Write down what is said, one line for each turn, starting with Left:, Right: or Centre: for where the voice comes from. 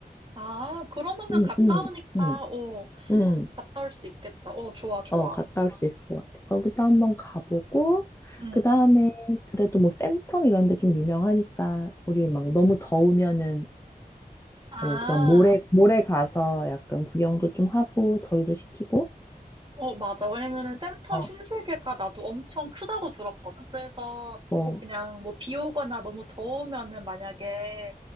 Right: 아, 그러면은
Left: 응,
Right: 가까우니까,
Left: 응, 응,
Right: 어,
Left: 응.
Right: 갔다 올 수 있겠다. 어, 좋아, 좋아.
Left: 어, 갔다 올 수 있을 것 같아. 거기도 한번 가보고,
Right: 응.
Left: 그 다음에 그래도 뭐 센텀 이런 데 좀 유명하니까, 우리 막 너무 더우면은
Right: 아,
Left: 뭐 그런 모래, 모래 가서 약간 구경도 좀 하고, 더위도 식히고,
Right: 어, 맞아. 왜냐면은 센텀
Left: 어,
Right: 신세계가 나도 엄청 크다고 들었거든. 그래서
Left: 뭐,
Right: 그냥 뭐 비 오거나 너무 더우면은 만약에